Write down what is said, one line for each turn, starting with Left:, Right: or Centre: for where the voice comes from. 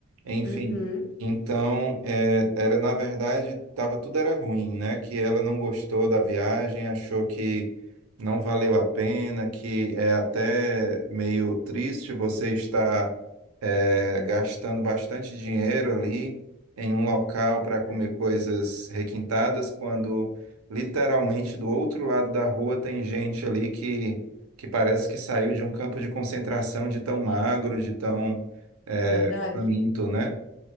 Right: enfim.
Left: uhum,
Right: Então, é, era na verdade, tava, tudo era ruim, né? Que ela não gostou da viagem, achou que não valeu a pena, que é até meio triste você estar é, gastando bastante dinheiro ali em um local para comer
Left: uhum,
Right: coisas requintadas, quando literalmente do outro lado da rua tem gente ali que que parece que saiu de um campo de concentração de tão magro, de tão é,
Left: é verdade?
Right: faminto, né?